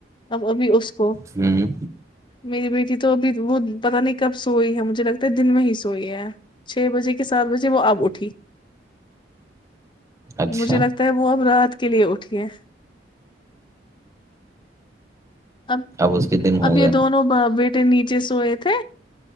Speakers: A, on the left; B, on the right.
A: اب ابھی اس کو
B: ہوں
A: میری بیٹی تو ابھی وہ پت نہیں کب سوئی ہے مجھے لگتا ہے دن میں ہی سوئی ہے چھ بجے کے سات بجے وہ آپ اٹھی
B: اچھا
A: مجھے لگتا ہے وہ اب رات کے لیے اٹھی کہ اب
B: اس کے دن ہو
A: اب یہ
B: گیا
A: دونوں بیٹ نیچے سوئے تھے